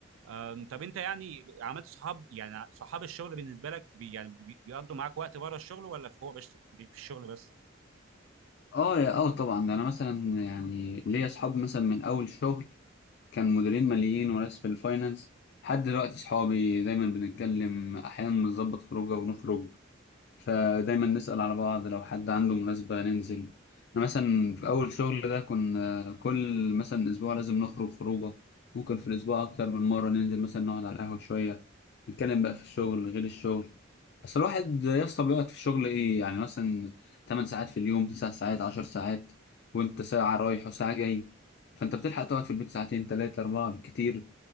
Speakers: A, on the right (about 75°); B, on the left (about 55°).
A: أم، طب انت يعني عملت صحاب يعني صحاب الشغل بالنسبه لك بي يعني بي- بيقضوا معاك وقت بره الشغل ولا في هو بس في الشغل بس
B: اه يا اه طبعا ده انا مثلا يعني ليا اصحاب مثلا من اول شغل كان مديرين ماليين وناس في الفاينانس لحد دلوقتي اصحابي دايما بنتكلم احيانا بنظبط خروجه ونخرج فدايما نسأل على بعض لو حد عنده مناسبة ننزل أنا مثلا في أول شغل ده كنا كل مثلا أسبوع لازم نخرج خروجة ممكن في الأسبوع أكتر من مرة ننزل مثلا نقعد على القهوة شوية نتكلم بقى في الشغل غير الشغل بس الواحد يسطا بيقعد في الشغل إيه يعني مثلا 8 ساعات في اليوم 9 ساعات 10 ساعات وأنت ساعة رايح وساعة جاي فأنت بتلحق تقعد في البيت ساعتين تلاتة أربعة بالكتير